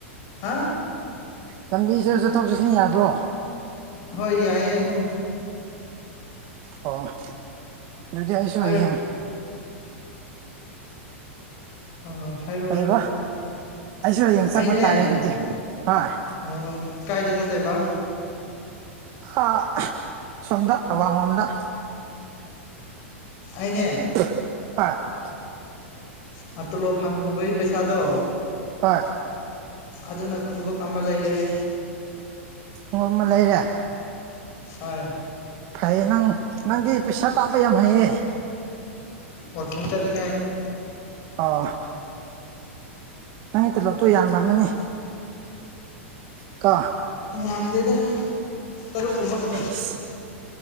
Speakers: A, on the left (about 45°); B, on the right (about 45°).
A: ꯍꯥ
B: ꯂꯝꯕꯤ ꯆ ꯆꯠꯊꯣꯛ ꯆꯠꯁꯤꯟ ꯌꯥꯕ꯭ꯔꯣ
A: ꯍꯣꯏ ꯌꯥꯏꯑꯌꯦ ꯑꯗꯨꯝ
B: ꯑꯣ ꯑꯗꯨꯗꯤ ꯑꯩꯁꯨ
A: ꯑꯩ
B: ꯍꯌꯦꯡꯪ
A: ꯍꯣꯏ ꯍꯣꯏ ꯍꯥꯏꯔꯛꯑꯣ
B: ꯀꯩꯕ
A: ꯍꯥꯏꯔꯛꯑꯣ
B: ꯑꯩꯁꯨ ꯍꯌꯦꯡ ꯆꯠꯄ
A: ꯑꯩꯅꯦ
B: ꯇꯥꯔꯦ ꯑꯗꯨꯗꯤ ꯍꯣꯏ
A: ꯍꯍꯣꯏ ꯍꯣꯏ ꯀꯥꯏꯗꯤꯁ ꯇꯦꯕ
B: ꯑ ꯁꯣꯝꯗ ꯑꯋꯥꯡꯣꯝꯗ
A: ꯑꯅꯦ
B: <unintelligible>
A: ꯒ ꯇꯣꯂꯣꯞ ꯐꯪꯕꯩ ꯄꯩꯁꯥꯗꯣ
B: <unintelligible>
A: ꯑꯗꯨꯅ ꯈꯣꯡꯎꯞ ꯑꯃ ꯂꯩꯔꯦ
B: ꯈꯣꯡꯉꯨꯞ ꯑꯃ ꯂꯩꯔꯦ
A: ꯍꯣꯏ
B: ꯐꯩꯌꯦ ꯅꯪ ꯅꯪꯗꯤ ꯄꯩꯁꯥ ꯇꯥꯕ ꯌꯥꯝ ꯍꯩꯌꯦ
A: ꯋꯥꯛꯀꯤꯡ ꯆꯠꯅꯤꯡꯉꯥꯏ
B: ꯑꯣ ꯅꯪꯒꯤ ꯇꯣꯂꯣꯞꯇꯣ ꯌꯥꯝꯃꯝꯃꯅꯤ ꯀꯣ
A: ꯌꯥꯝꯗꯦꯗ ꯇꯔꯨꯛ ꯀꯨꯝꯕ ꯈꯛ
B: ꯏꯁ